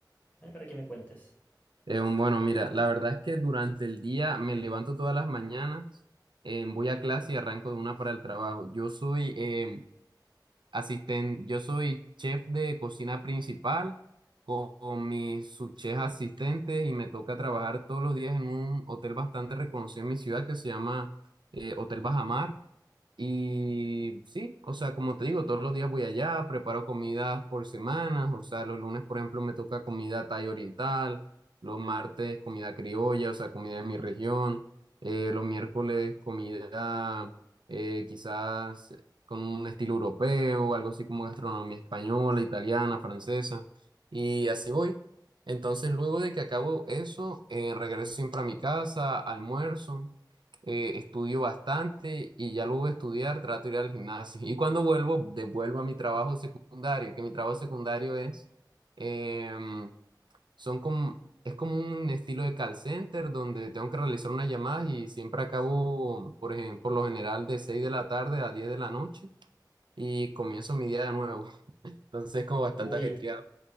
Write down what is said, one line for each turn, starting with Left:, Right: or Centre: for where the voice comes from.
Left: Ay, para que me cuentes.
Right: Em, bueno, mira, la verdad es que durante el día me levanto todas las mañanas, em, voy a clase y arranco de una para el trabajo. Yo soy em, asisten, yo soy chef de cocina principal con, con mis subchefs asistentes y me toca trabajar todos los días en un hotel bastante reconocido en mi ciudad que se llama eh, Hotel Bajamar. Y sí, o sea, como te digo, todos los días voy allá, preparo comidas por semanas, o sea, los lunes, por ejemplo, me toca comida thai oriental, los martes comida criolla, o sea, comida de mi región, eh, los miércoles comida eh, quizás con un estilo europeo, algo así como gastronomía española, italiana, francesa, y así voy. Entonces, luego de que acabo eso, eh, regreso siempre a mi casa, almuerzo eh, estudio bastante y ya luego de estudiar trato de ir al gimnasio. Y cuando vuelvo, devuelvo a mi trabajo secundario, que mi trabajo secundario es, em, son como, es como un estilo de call center donde tengo que realizar unas llamadas y siempre acabo, por ejemplo, por lo general de seis de la tarde a diez de la noche y comienzo mi día de nuevo. <laughs> Entonces es como bastante
Left: Uy.
Right: ajetreado.